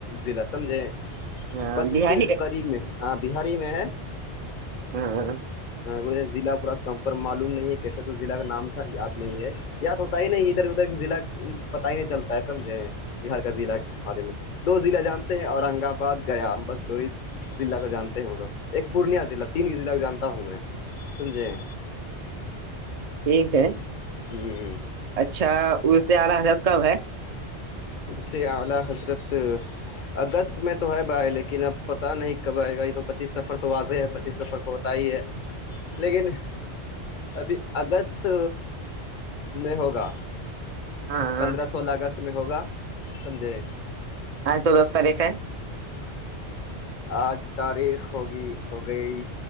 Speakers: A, on the left (about 50°); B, on the right (about 45°).
A: ضلع سمجھیں
B: ہاں
A: بس
B: بہاری
A: اسی کے قریب میں ہاں بہاری میں ہے
B: ہاں ہاں
A: ہاں وہ ض پورا کم معلوم نہیں ہے کیسے تو ضلع کا نام تھا یاد نہیں ہے یاد ہوتا ہی نہیں ادھر ادھر کے ضلع پت ہی نہیں چلتا ہے سمجھے بہار کا ضلع بارے میں دو ضلع جانتے ہیں اورنگ آباد گیا بس دو ہی ضلع کو جانتے ہیں ہم لوگ ایک پورنیہ ضلع تین ہی ضلع کو جانتا ہوں میں سمجھے
B: یہک <unintelligible>
A: ہوں
B: اچھا اس سے آھا ہزار کب ہے
A: دور سے آولہ حضرت <unintelligible> اگست میں تو ہے بھائی لیکن اب پتا نہیں کب آئے گا یہ تو پچیس سفر تو واضح ہے پچیس سفر کا ہوتا ہی ہے لیکن ابھی اگست میں ہوگا
B: ہاں
A: پندرہ سولہ اگست میں ہوگا سمجھے
B: ہاں چود دس تاریخ ہے
A: آج تاریخ ہوگی ہو گئی